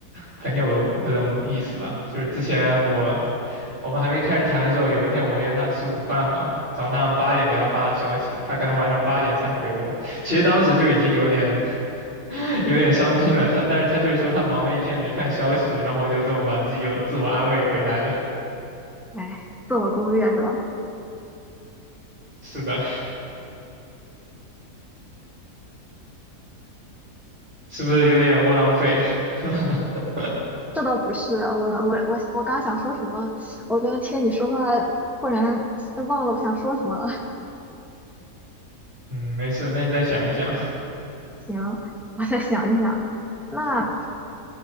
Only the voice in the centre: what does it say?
哎，自我攻略是吧？
这倒不是，我我我我刚想说什么，我刚听你说话，忽然忘了我想说什么了。
行，我再想一想。那